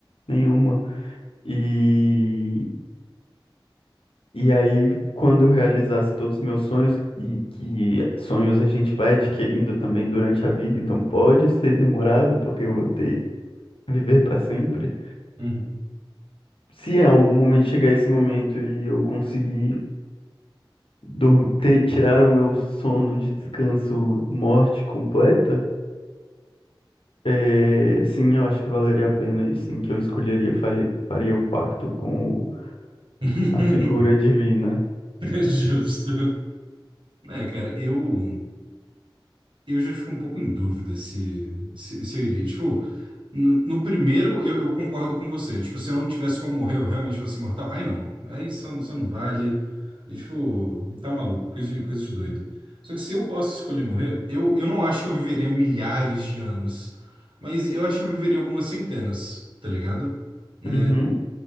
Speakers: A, on the left; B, on the right.
A: nenhuma. E, e aí, quando eu realizasse todos os meus sonhos, e que sonhos a gente vai adquirindo também durante a vida, então pode ser demorado, porque eu vou ter viver para sempre.
B: Uhum.
A: Se em algum momento chegar esse momento e eu conseguir dur- ter, tirar o meu sono de descanso morte completa, é, sim, eu acho que valeria a pena e sim que eu escolheria, falhe- faria o pacto com o-
B: <laughs>
A: a figura divina.
B: Justo. É, cara, eu eu já fico um pouco em dúvida se, se, se eu iria. Tipo, No, no primeiro, eu, eu concordo com você. Tipo, se eu não tivesse como morrer, eu realmente fosse imortal. Aí não. Aí só, isso não vale. E, tipo, tá maluco. Coisa de, coisa de doido. Só que se eu posso escolher morrer, eu, eu não acho que eu viveria milhares de anos. Mas eu acho que eu viveria algumas centenas, tá ligado? Né?
A: Uhum,